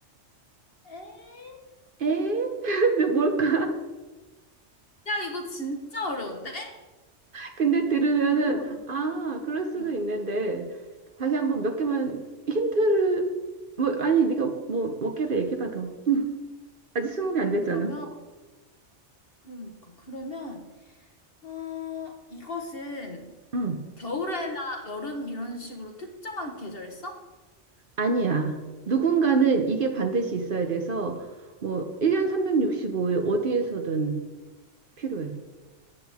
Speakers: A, on the left; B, on the right.
A: 에?
B: 에? <laughs> 근데 뭘까?
A: 야, 이거 진짜 어려운데?
B: 근데 들으면은,
A: 너무
B: 아, 그럴 수도
A: 어려워.
B: 있는데, 다시 한번 몇 개만
A: 응.
B: 힌트를, 뭐, 아니, 네가 뭐, 몇 개를 얘기해봐, 더. 응. 아직 스무 개 안
A: 그러면,
B: 됐잖아.
A: 그러니까, 그러면, 아, 이것은
B: 응.
A: 겨울에나 여름 이런 식으로 특정한 계절 했어?
B: 아니야. 누군가는 이게 반드시 있어야 돼서 뭐 1년 365일 어디에서든 필요해.